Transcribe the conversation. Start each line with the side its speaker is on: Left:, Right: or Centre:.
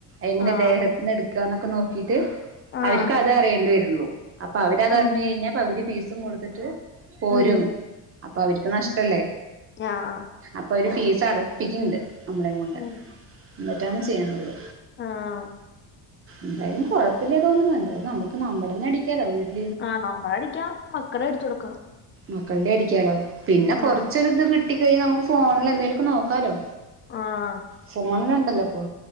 Right: എങ്ങനെ
Left: ആഹ്
Right: ദേഹത്തിന്ന് എടുക്കാന്നൊക്കെ നോക്കിട്ട്..
Left: ആഹ്
Right: അവർക്ക് അത് അറിയേണ്ടി വരുള്ളൂ. അപ്പൊ അവരതറിഞ്ഞു
Left: ഉം
Right: കഴിഞ്ഞ പക്തി ഫീസും കൊടുത്തിട്ട്... പോരും.
Left: ഉം
Right: അപ്പൊ അവർക്കതു നഷ്ടല്ലേ?
Left: ആഹ്
Right: അപ്പൊ അവര് ഫീസ് അട പിക്കണ്ട് മ്മളെയും കൊണ്ട്,
Left: ഉം
Right: ന്നിട്ടാണ് ചെയ്യാനുള്ളത്.
Left: ആഹ്...
Right: എന്തായാലും കുഴപ്പല്ലാന്നു തോന്ന്ണ്. എന്തായാലും നമ്മുക്ക് നമ്മുടെ തന്നെ അടിക്ക് കാലോ വീട്ടി
Left: ആഹ് നമ്മടെ അടിക്കാം, മക്കടെ അടിച്ചു കൊടുക്കാം.
Right: മക്കളുടെ അടിക്കാലോ? പിന്നെ കൊറാച്ചൊരിത്
Left: ആഹ്
Right: കിട്ടികഴിഞ്ഞാല് നമുക്ക് ഫോണില് എന്തെലൊക്കെ നോക്കാലോ?
Left: ആഹ്
Right: ഫോണിലുണ്ടല്ലോ ഇപ്പൊ